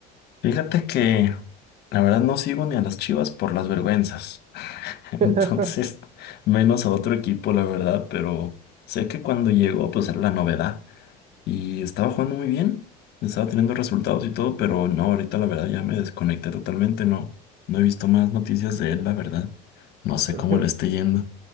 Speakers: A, on the left; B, on the right.
A: Fíjate que la verdad no sigo ni a las Chivas por las vergüenzas. Entonces,
B: <laughs>
A: menos a otro equipo, la verdad, pero sé que cuando llegó, pues era la novedad. Y estaba jugando muy bien, estaba teniendo resultados y todo, pero no, ahorita la verdad ya me desconecté totalmente, no, no he visto más noticias de él, la verdad. No sé
B: Yo
A: cómo
B: sé
A: le esté yendo.